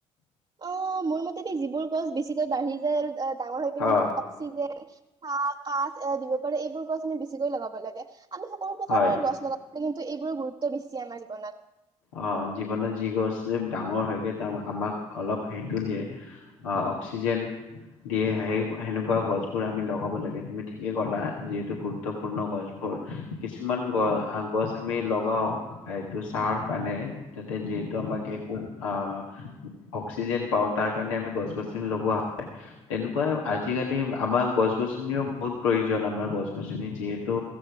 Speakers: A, on the right; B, on the left.
A: অ মোৰ মতদি যিবোৰ গছ বেছিকৈ বাঢ়ি যায় আৰু অ, ডাঙৰ হৈ পিনে
B: অ
A: ম অক্সিজেন, শাক আচ, এয়া দিব পাৰে, এইবোৰ গছ আমি বেছিকৈ লগাব লাগে। আমি সকলো প্ৰকাৰয়ে‌
B: হয়।
A: গছ লগা কিন্তু এইবোৰৰ গুৰুত্ব বেছি আমাৰ জীৱনত।
B: অ, জীৱনত যি গছ ডাঙৰ হয়গে, তাৰপা আমাক অলপ সেইটো দিয়ে, অ অক্সিজেন দিয়ে হেই সেনেকুৱা গছবোৰ আমি লগাব লাগে তুমি ঠিকেই কলা। যিহেতু গুৰুত্বপূৰ্ণ গছবোৰ, কিছুমান গ গছ আমি লগাও, এইটো ছাঁৰ কাৰণে, তাতে যিহেতু আমাক একো আ অক্সিজেন পাওঁ, তাৰ কাৰণে আমি গছ গছনি লগোৱা হয়। তেনেকুৱা আজিকালি আমাৰ গছ গছনিও বহুত প্ৰয়োজন আমাৰ গছ গছনি যিহেতু